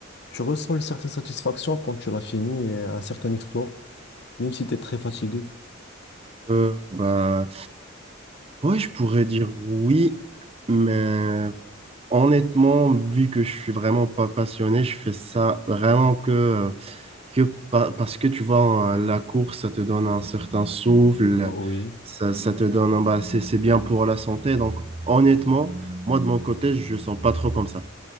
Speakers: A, on the left; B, on the right.
A: tu ressens une certaine satisfaction quand tu l'as fini et un certain exploit, même si tu es très fatigué.
B: Euh, bah, ouais, je pourrais dire oui, mais. Honnêtement, vu que je suis vraiment pas passionné, je fais ça vraiment que, euh, que pa- parce que tu vois, hein, la course, ça te donne un certain souffle,
A: Oui,
B: ça, ça te donne, un- bah, c'est, c'est bien pour la santé. Donc, honnêtement, moi, de mon côté, je sens pas trop comme ça.